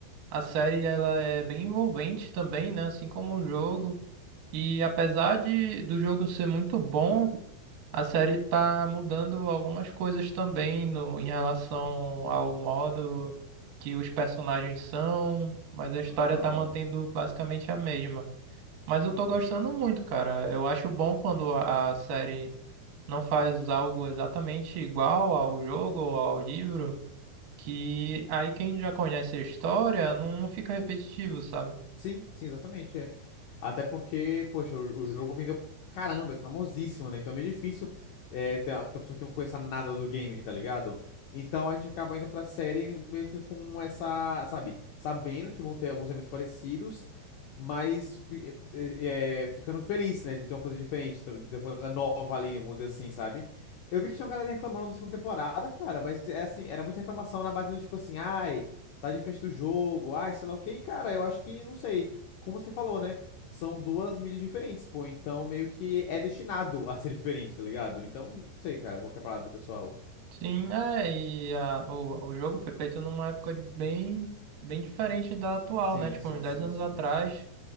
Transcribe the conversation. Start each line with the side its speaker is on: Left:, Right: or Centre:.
Right: a série ela é bem envolvente também, né? Assim como o jogo. E apesar de do jogo ser muito bom, A série tá mudando algumas coisas também no, em relação ao modo que os personagens são, mas a história
Left: Ah,
Right: tá mantendo basicamente a mesma. Mas
Left: ah.
Right: eu tô gostando muito, cara. Eu acho bom quando a a série não faz algo exatamente igual ao jogo ou ao livro, que aí quem já conhece a história não, não fica repetitivo, sabe?
Left: Sim, sim, exatamente. É. Até porque, poxa, o, o jogo vendeu pra caramba, é famosíssimo, né? Então é meio difícil é, ter, a, ter a pessoa que não conheça nada do game, tá ligado? Então a gente acaba indo pra série meio que com essa, sabe, sabendo que vão ter alguns elementos parecidos, mas fi- é, é, ficando feliz, né? De ter uma coisa diferente, de ter uma coisa nova ali, vamos dizer assim, sabe? Eu vi que tinha uma galera reclamando da segunda temporada, cara, mas é assim, era muita reclamação na base do tipo assim, ai tá de frente do jogo, ai, sei lá o quê. E, cara, eu acho que, não sei, como você falou, né? São duas mídias diferentes, pô. Então, meio que é destinado <laughs> a ser diferente, tá ligado? Então, não sei, cara, qual que é a parada do pessoal.
Right: Sim, é, e a, o, o jogo foi feito numa época de bem, bem diferente da atual,
Left: Sim,
Right: né? Tipo,
Left: sim,
Right: uns 10
Left: sim,
Right: anos
Left: sim.
Right: atrás.